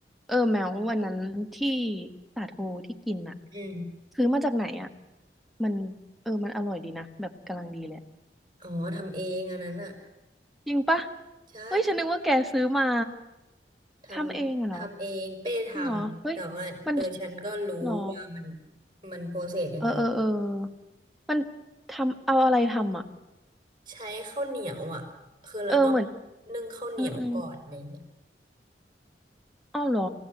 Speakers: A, in the centre; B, on the right.
A: เออแมววันนั้นที่สาโทที่กินอะ
B: อืม
A: ซื้อมาจากไหนอะมันเออมันอร่อยดีนะแบบกำลังดีเลยอะ
B: อ๋อทำเองอันนั้นอ่ะ
A: จริงปะ
B: ใช่
A: เฮ้ยฉันนึกว่าแกซื้อมา
B: ทำทำเองเป้ทำ
A: ทำเองอะเหรอจริงเหรอเฮ้ย
B: แต่ว่าเออฉันก็รู้ว่ามัน
A: มันเหรอ
B: มันโปรเซสยังไง
A: เออเออเออมันทำเอาอะไรทำอะ
B: ใช้ข้าวเหนียวอ่ะ คือเราต้อง
A: เออเหมือน
B: นึ่งข้าวเหนียวก่อนอะไรเงี้ย
A: อืมอืมอ้าวเหรอ